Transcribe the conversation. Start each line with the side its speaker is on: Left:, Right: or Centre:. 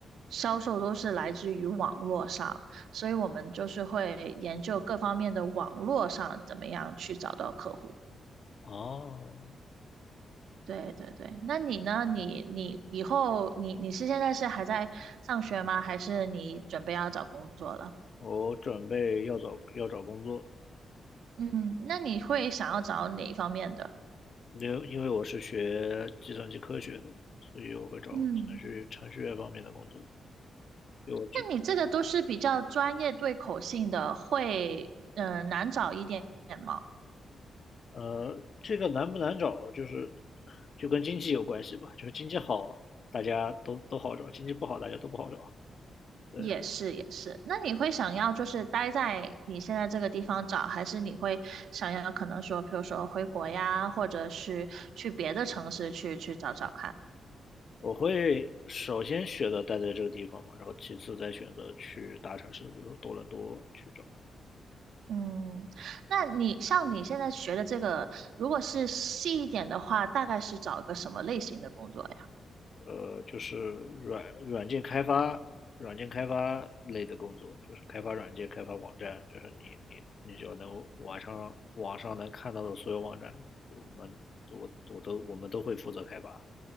Right: 销售都是来自于网络上，所以我们就是会研究各方面的网络上怎么样去找到客户。
Left: 哦，
Right: 对对对，那你呢？你你以后你你是现在是还在上学吗？还是你准备要找工作了？
Left: 我准备要找要找工作，
Right: 嗯，那你会想要找哪一方面的？
Left: 因为因为我是学计算机科学的，所以我会找程序程序员方面的工作。
Right: 嗯，
Left: 因为我知
Right: 那你这个都是比较专业对口性的，会嗯、呃难找一点点吗？
Left: 呃，这个难不难找，就是就跟经济有关系吧，就是经济好，大家都都好找；经济不好，大家都不好找。对，
Right: 也是也是，那你会想要就是待在你现在这个地方找，还是你会想要可能说，比如说回国呀，或者是去别的城市去去找找看？
Left: 我会首先选择待在这个地方嘛，然后其次再选择去大城市，比如说多伦多去找。
Right: 嗯，那你像你现在学的这个，如果是细一点的话，大概是找一个什么类型的工作呀？
Left: 呃，就是软软件开发、软件开发类的工作，就是开发软件、开发网站，就是你你你就能网上网上能看到的所有网站，我们我我都我们都会负责开发。